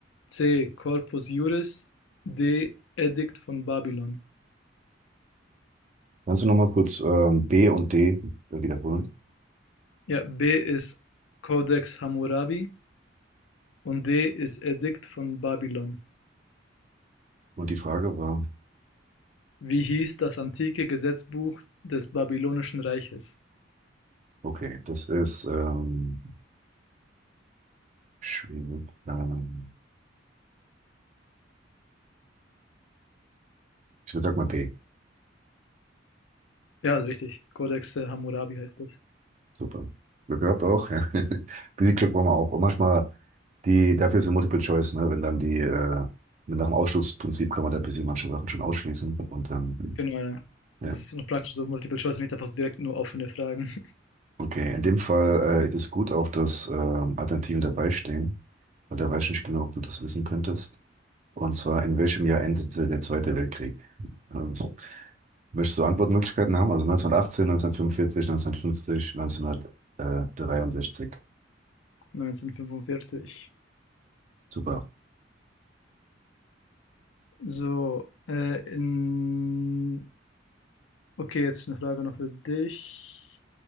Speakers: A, on the left; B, on the right.
A: C. Corpus Juris D. Edikt von Babylon.
B: Kannst du nochmal kurz ähm, B und D äh, wiederholen?
A: Ja, B ist Codex Hammurabi und D ist Edikt von Babylon.
B: Und die Frage war,
A: Wie hieß das antike Gesetzbuch des Babylonischen Reiches?
B: okay, das ist ähm, schwierig. Ähm, Ich würde sagen mal B.
A: Ja, ist richtig. Codex äh, Hammurabi heißt das.
B: Super. Glück gehabt auch. Ja. <laughs> Ein Bisschen Glück brauchen wir auch. Und manchmal die, dafür ist ja Multiple Choice, ne? Wenn dann die, äh, mit nach dem Ausschlussprinzip kann man da ein bisschen manche Sachen schon ausschließen. Und dann, hm,
A: Genau, ja. Das
B: ja.
A: ist noch praktisch so Multiple Choice, nicht einfach so direkt nur offene Fragen.
B: Okay, in dem Fall äh, ist es gut auch, dass ähm, Alternativen dabei stehen, weil da weiß ich nicht genau, ob du das wissen könntest. Und zwar, in welchem Jahr endete der Zweite Weltkrieg? Ähm, möchtest du Antwortmöglichkeiten haben? Also 1918, 1945, 1950, 1963.
A: <laughs> 1945.
B: Super.
A: So, äh, in Okay, jetzt eine Frage noch für dich.